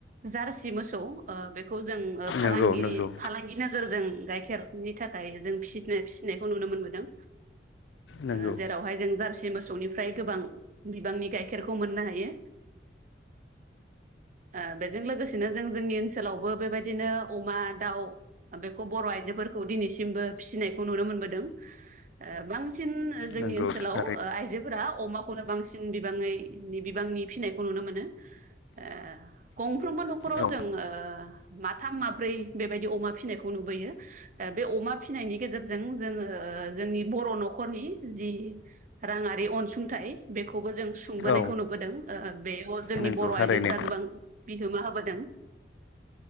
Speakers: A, on the right; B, on the left.
A: जारसि मोसौ खौ ओ बेखौ जों ओ फालांगिरि
B: नंगौ नंगौ
A: फालांगि नोजोरजों गाइखेरनि थाखाय जों फिसिनाय फिसिनायखौ नुनो मोनबोदों
B: नंगौ
A: ओ जेरावहाय जों जारस सि मोसौनिफ्राय गोबां बिबांनि गाइखेरखौ मोननो हायो ओ बेजों लोगोसेनो जों जोंनि ओनसोलावबो बेबायद दिनो अमा, दाउ बेखौ बर' आइजोफोरखौ दिनैसिमबो फिसिनायखौ नुनो मोनबोदों ओ बांसिन जोंनि
B: नंगौ
A: ओनसोलाव
B: थारै
A: ओ आइजो फोरा अमाखौनो बांसिन बिबाङै बिबांनि फिसिनायखौ नुनो मोनो ओ गंफ्रोमबो नखराव
B: औ
A: जों ओ माथाम माब्रै बेबायदि अमा फिसिनायखौ नुबोयो बे अमा फिसिनायनि गेजेरजों जोङो ओ जोंनि बर' नखरनि जि राङारि अनसुंथाइ बेखौबो जों सुंबोनायखौ
B: औ
A: नुबोदों ओ बेयाव जोंनि
B: नंगौ
A: बर
B: थारैनो
A: आइजोफ्रा गोबां बिहोमा होबोदों